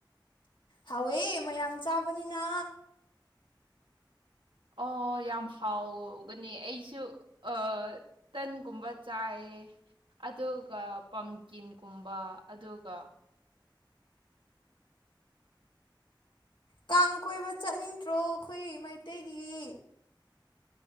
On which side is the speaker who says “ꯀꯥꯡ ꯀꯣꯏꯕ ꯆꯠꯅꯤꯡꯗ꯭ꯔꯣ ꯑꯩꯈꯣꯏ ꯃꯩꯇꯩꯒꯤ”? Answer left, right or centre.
Left